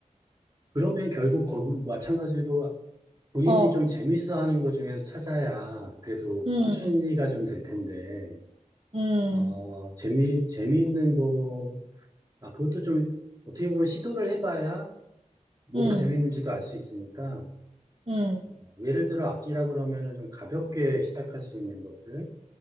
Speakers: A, on the right (about 30°); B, on the right (about 50°).
A: 그러면 결국 거기 마찬가지로 본인이
B: 어,
A: 좀 재밌어 하는 것 중에서 찾아야 그래도
B: 음,
A: 꾸준히가 좀 될 텐데,
B: 음,
A: 어, 재미, 재미있는 거, 아, 그것도 좀 어떻게 보면 시도를 해봐야 뭐가
B: 음,
A: 재밌는지도 알 수 있으니까,
B: 음,
A: 어, 예를 들어 악기라 그러면은 좀 가볍게 시작할 수 있는 것들,